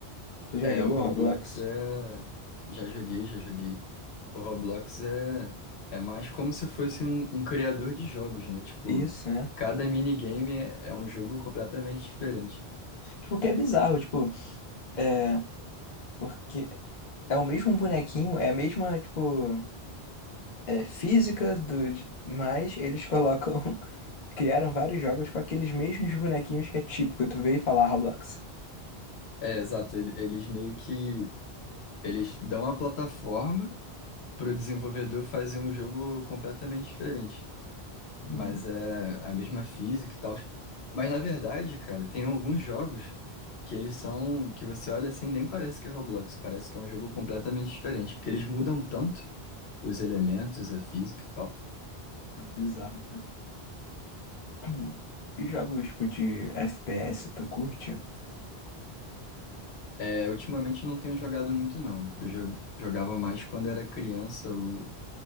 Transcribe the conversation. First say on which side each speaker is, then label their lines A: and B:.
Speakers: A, on the left (about 45°); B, on the left (about 80°).
A: Tu já
B: É,
A: jogou
B: o Roblox
A: Roblox?
B: é. Já joguei, já joguei. O Roblox é, é mais como se fosse um, um criador de jogos, né? Tipo,
A: Isso, né?
B: cada minigame é, é um jogo completamente diferente.
A: Tipo, o que é bizarro, tipo, é, porque É o mesmo bonequinho, é a mesma, tipo, é, física do. Mas eles colocam. <laughs> Criaram vários jogos com aqueles mesmos bonequinhos que é típico, tu veio falar Roblox.
B: É, exato. ele- Eles meio que. Eles dão a plataforma para o desenvolvedor fazer um jogo completamente diferente.
A: Uhum.
B: mas é a mesma física e tal. Mas na verdade, cara, tem alguns jogos que eles são, que você olha assim, nem parece que é Roblox, parece que é um jogo completamente diferente, porque eles mudam tanto os elementos, a física e tal.
A: É bizarro, cara. Hum. E jogos, tipo, de FPS, tu curte?
B: É, ultimamente eu não tenho jogado muito, não. Eu jo- jogava mais quando era criança, o-